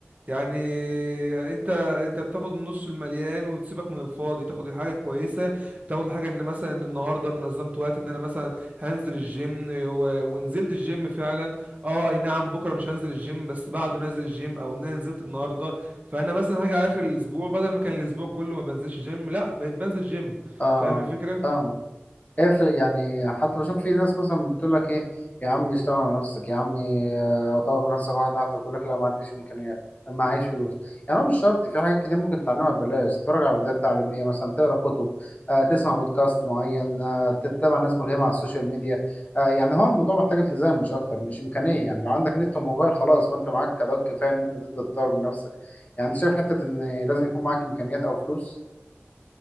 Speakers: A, on the right; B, on the left.
A: يعني انت انت بتاخد النص المليان وتسيبك من الفاضي تاخد الحاجه الكويسه تاخد الحاجه ان مثلا النهارده أنا نظمت وقت ان انا مثلا هنزل الجيم و... ونزلت الجيم فعلا اه اي نعم بكره مش هنزل الجيم بس بعده نازل الجيم او ان انا نزلت النهارده فانا مثلا هاجي على اخر الاسبوع بدل ما كان الاسبوع كله ما بنزلش جيم لا بقيت بنزل جيم
B: اه
A: فاهم الفكره
B: فاهمك ايه في- يعني حتى بشوف في ناس مثلا بتقول لك ايه يا عم اشتغل على نفسك يا عم آه، طور من نفسك واحده واحده بيقول لك لا ما عنديش امكانيات ما عايش فلوس يعني هو مش شرط في حاجات كتير ممكن تتعلمها ببلاش تتفرج على فيديوهات تعليميه مثلا تقرا كتب آه، تسمع بودكاست معين آه، تتابع ناس ملهمه على السوشيال ميديا آه، يعني هو الموضوع محتاج التزام مش اكتر مش امكانيه يعني لو عندك نت وموبايل خلاص فانت معاك ادوات كفايه ان انت تبدا تطور من نفسك يعني انت شايف حته ان لازم يكون معاك امكانيات او فلوس